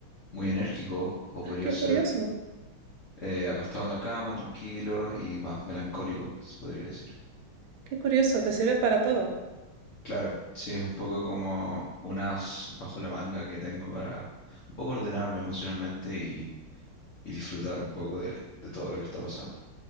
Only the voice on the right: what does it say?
Ah, qué
curioso,
qué curioso, te sirve para todo.